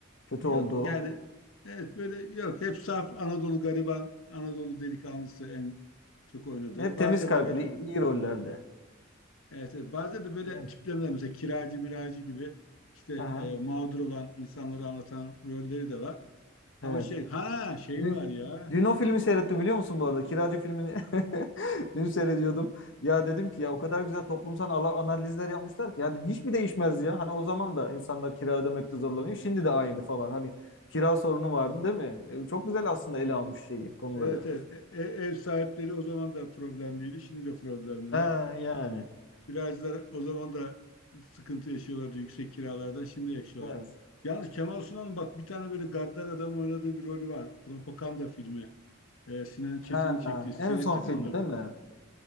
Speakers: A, on the left; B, on the left.
A: Kötü
B: Yok
A: olduğu.
B: yani evet böyle yok. Hep saf Anadolu gariban, Anadolu delikanlısı en çok oynadığı.
A: Hep
B: Bazen
A: temiz kalpli,
B: de böyle
A: iyi rollerde.
B: Evet, evet. Bazen de böyle
A: Evet.
B: tiplemeler mesela kiracı miracı gibi işte e,
A: Aha,
B: mağdur olan insanları anlatan rolleri de var. Ama
A: evet.
B: şey ha şey
A: Dün
B: var ya.
A: dün o filmi seyrettim biliyor musun bu arada? Kiracı filmini <laughs> dün seyrediyordum. Ya dedim ki ya o kadar güzel toplumsal ala- analizler yapmışlar ki ya dedim, hiç mi değişmez ya? Hani o zaman da insanlar kira ödemekte zorlanıyor. Şimdi de aynı falan. Hani kira sorunu vardı değil mi? E, çok güzel aslında ele almış şeyi, konuları.
B: Evet evet. E- e- ev sahipleri o zaman da problemliydi. Şimdi de problemliler.
A: Ha yani.
B: Kiracılar o zaman da sıkıntı yaşıyorlardı yüksek kiralardan. Şimdi yaşıyorlar.
A: Evet.
B: Yalnız Kemal Sunal'ın bak bir tane böyle gaddar adam oynadığı bir rolü var. Propaganda filmi. E, Sinan Çetin'in
A: Ha,
B: çektiği. Seyrettin
A: en son filmi
B: mi onu?
A: değil mi?